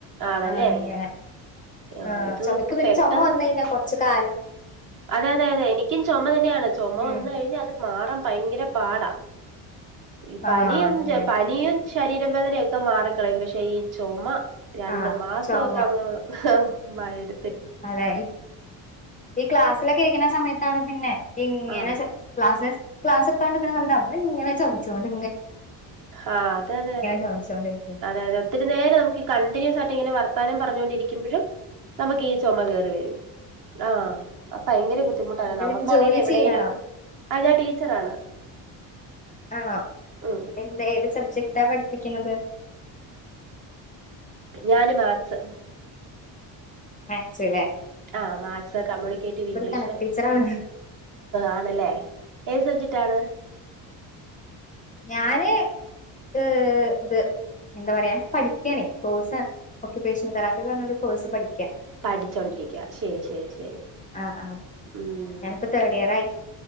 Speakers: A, on the right (about 40°); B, on the left (about 15°).
A: ആണല്ലേ
B: ആ അങ്ങനെ
A: ആ
B: ആഹ
A: ഇത്
B: ചുമക്ക്
A: ഇപ്പൊ
B: പിന്നെ
A: പെട്ടെന്നൊന്നും
B: ചുമ വന്നന്നെ കൊറച്ച കല്
A: അതെ അതെ അതെ എനിക്കുംുമ െയാണ് ചുമ
B: ഉം.
A: വന്ന കഴിഞ്ഞാൽ അത് മാറാൻ ഭയങ്കര പാടാ ഈ പാന
B: ആഹ് അതന്നെ.
A: എ പാന ശരീര വേദനയൊക്കെ മാറിിക്കളയും പക്ഷെ ഈ ചുമ രണ്ട്
B: ആഹ്
A: മാസം
B: ചുമ.
A: ഒക്ക അങ് വായിട്
B: അതെ ഈക്ലാസ് ക്ക ഇരിക്കുന്ന സമയത്താണ് പിന്നെ ഇങ്ങന
A: ആഹ്
B: സ് ക്ലാസസ് ക്ലാസ് എടുത്തോണ്ടുന്ന സമയ അവ ഇങ്ങന ചമിച്ചൊണ്ട്
A: ആ അതെ അതെ അതെ
B: ചോദിച്ചോണ്ടിരിക്കും
A: അതെ അതെ ഒത്തിരി നേരം നമുക്ക് കണ്ടിന്യൂസ് ആയിട്ട് ഇങ്ങനെ വർത് താരം പറഞ്ഞോണ്ടിരിക്കുമ്പോഴും നമുക്ക് ഈ ചുമ കയറി വരും ആ ഭയങ്കര ബുദ്ധിമുട്ടാണ്
B: എന്താ
A: നമുക്കാണേലും
B: പിന്നെ ജോലി
A: എവിടെേലും
B: ചെയ്യാണോ
A: ഒക്കെ ആ ഞാൻ ടീച്ചറാണ്
B: ആണോ
A: ഉം
B: എന്താ ഏത് സബ്ജക്ടാ പഠിപ്പിക്കുന്നത്
A: ഞാന് മാക്സ്
B: മാക്സല്ലേ
A: ആ മാത്സ് കമ്മ്യൂണിക്കേറ്റീവ് ഇംഗ്ലീഷ്
B: കണക്ക് ടീച്ചറാണ്
A: ആണല്ലേ ഏത് സബ്ജക്ട് ആണ്
B: ഞാനേ ഏ ത് എന്താ പറയാ പഠിക്ക് ആണ്. കോഴ്സ് ഒക്യുേപേഷണൽ തെറാപ്പി ന്ന് പർഞ്ഞൊരു കോഴ്സ് പഠിക്ക്.
A: പഠിച്ചോണ്ടിരിക്ക ശെരി ശെരി ശെരി
B: ആഹ് ആഹ്
A: ഉം
B: ഞാനിപ്പോ തേർഡ് ഇയർ ആയി